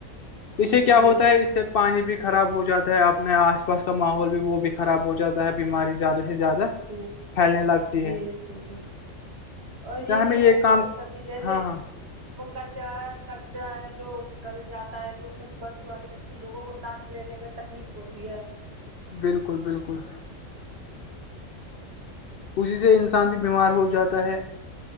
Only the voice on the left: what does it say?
اس
سے کیا
ہوتا ہے اس سے پانی بھی خراب ہو جاتا ہے اپنے آس پاس کا ماحول بھی وہ بھی خراب ہو جاتا ہے بیماری زیادہ سے زیادہ
پھیلنے لگتی
ہے
ہمیں
کام
ہاں ہاں
بالکل بالکل اسی سے انسان
بھی بیمار ہو جاتا ہے